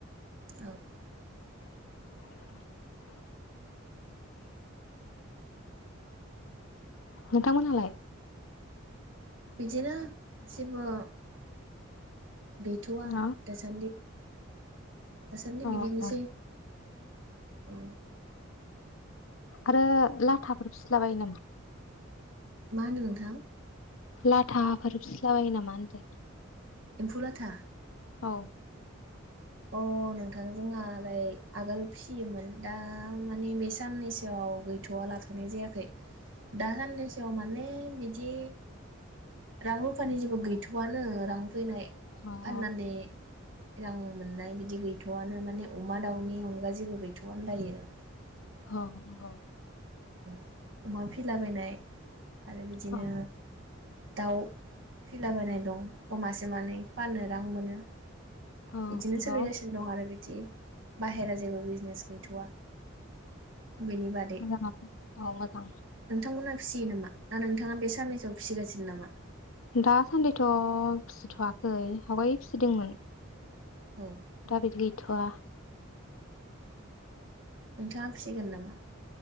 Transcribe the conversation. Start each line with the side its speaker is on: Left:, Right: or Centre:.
Right: औ
Left: <inaudible> नोंथांमोनहालाय।
Right: बिदिनो जेबो। गैथ'वा
Left: अ
Right: दासान्दि दासान्दि
Left: अ
Right: बिदिनोसै।
Left: अ
Right: औ।
Left: आरो लाथाफोर फिसलाबायो नामा।
Right: मा होनो नोंथां।
Left: लाथा फोर फिस्लाबायो नामा होनदो।
Right: एम्फुलाथा।
Left: औ।
Right: अ नोंथां जोंहालाय आगोल फिसियोमोन दा माने बे साननैसोआव गैथ'वा लाथ'नाय जायाखै दा साननैसोआव माने बिदि रां रुफानि जेबो गैथ'आनो रां फैनाय।
Left: अ
Right: फाननानै
Left: अ
Right: रां। बिदि गैथ'आनो माने अमा दाउनि अनगा जेबो गैथ'। जग दायोनो।
Left: औ नंगौ
Right: अमा फिलाबायनाय आरो बिदिनो
Left: औ
Right: दाउ फिलाबायनाय दं अमासे मानै। फाननो रां मोनो
Left: औ
Right: बिदिनो
Left: नंगौ
Right: सोलिगासिनो दं आरो बिदि बाहेरा जेबो बिजनेस गैथवा बिनि बादै
Left: मोजाङानो औ मोजां
Right: नोंथांमोनहा फिसियो नामा दा नोंथाङा बे साननैसोआव फिसिगासिनो नामा
Left: दासान्दिथ' फिसिथवाखै आवगाय फिसिदोंमोन
Right: औ
Left: दा बिदि गैथआ
Right: नोंथाङा फिसिगोन नामा